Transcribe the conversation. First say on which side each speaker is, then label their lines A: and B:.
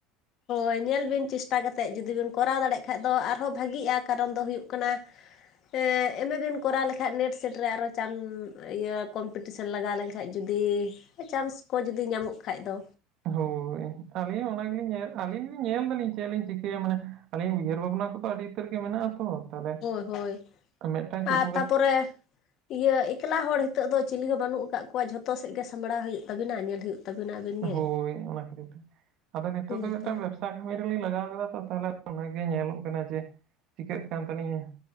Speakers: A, on the left; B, on the right.
A: ᱦᱳᱭ ᱧᱮᱞ ᱵᱤᱱ ᱪᱮᱥᱴᱟ ᱠᱟᱛᱮᱜ ᱡᱩᱫᱤ ᱵᱤᱱ ᱠᱚᱨᱟᱣ ᱫᱟᱲᱮᱭᱟᱜ ᱠᱷᱟᱡ ᱫᱚ ᱟᱨᱦᱚᱸ ᱵᱷᱟᱹᱜᱤᱜᱼᱟ ᱠᱟᱨᱚᱱ ᱫᱚ ᱦᱩᱭᱩᱜ ᱠᱟᱱᱟ ᱮ ᱮᱢᱮ ᱵᱮᱱ ᱠᱚᱨᱟᱣ ᱞᱮᱠᱷᱟᱡ ᱱᱮᱴ ᱥᱮᱴ ᱨᱮ ᱟᱨᱚ ᱪᱟᱱ ᱤᱭᱟᱹ ᱠᱚᱢᱯᱤᱴ ᱯᱤᱴᱤᱥᱮᱱ ᱞᱟᱜᱟᱣ ᱞᱮᱱ ᱠᱷᱟᱡ ᱡᱩᱫᱤ ᱪᱟᱱᱥ ᱠᱚ ᱡᱩᱫᱤ ᱧᱟᱢᱚᱜ ᱠᱷᱟᱡ ᱫᱚ
B: ᱦᱳᱭ <inaudible> ᱟᱹᱞᱤᱧ ᱦᱚᱸ ᱚᱱᱟ ᱜᱮᱞᱤᱧ ᱧᱮ ᱟᱹᱞᱤᱧ ᱞᱤᱧ ᱧᱮᱞ ᱫᱟᱞᱤᱧ ᱪᱮᱫ ᱞᱤᱧ ᱪᱤᱠᱟᱹᱭᱟ ᱢᱟᱱᱮ ᱟᱹᱞᱤᱧ ᱩᱭᱦᱟᱹᱨ ᱵᱷᱟᱵᱽᱱᱟ ᱠᱚᱫᱚ ᱟᱹᱰᱤ ᱩᱛᱟᱹᱨ ᱜᱮ ᱢᱮᱱᱟᱜᱼᱟ ᱛᱚ᱾ ᱛᱟᱦᱚᱞᱮ
A: ᱦᱳᱭ ᱦᱳᱭ,
B: ᱢᱤᱫᱴᱟᱝ
A: ᱟᱨ
B: ᱪᱷᱩᱴᱩ ᱠᱷᱟᱴ
A: ᱛᱟᱯᱚᱨᱮ ᱤᱭᱟᱹ ᱮᱠᱞᱟ ᱦᱚᱲ ᱦᱮᱛᱳᱜ ᱫᱚ ᱪᱤᱞᱤ ᱦᱚᱸ ᱵᱟᱹᱱᱩᱜ ᱠᱟᱜ ᱠᱚᱣᱟ ᱡᱷᱚᱛᱚ ᱥᱮᱫ ᱜᱮ ᱥᱟᱢᱵᱲᱟᱣ ᱦᱩᱭᱩᱜ ᱛᱟᱵᱤᱱᱟ ᱧᱮᱞ ᱦᱩᱭᱩᱜ ᱛᱟᱵᱤᱱᱟ ᱟᱹᱵᱤᱱ ᱜᱮ
B: ᱦᱳᱭ ᱚᱱᱟ ᱠᱷᱟᱹᱛᱤᱨ ᱛᱮ, ᱟᱫᱚ ᱱᱤᱛᱚᱜ
A: ᱦᱮᱸᱛᱚ
B: ᱫᱚ ᱢᱤᱫᱴᱟᱝ ᱵᱮᱵᱥ ᱥᱟ ᱠᱟᱹᱢᱤ ᱨᱮᱞᱤᱧ ᱞᱟᱜᱟᱣ ᱠᱟᱫᱟᱢ ᱛᱚ ᱛᱟᱦᱚᱞᱮ ᱚᱱᱟᱜᱮ ᱧᱮᱞᱚᱜ ᱠᱟᱱᱟ ᱡᱮ, ᱪᱤᱠᱟᱹᱜ ᱠᱟᱱ ᱛᱟᱞᱤᱧᱟ᱾